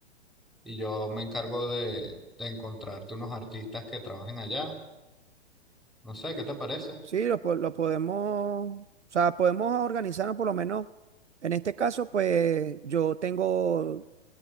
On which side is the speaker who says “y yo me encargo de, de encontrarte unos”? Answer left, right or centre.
Centre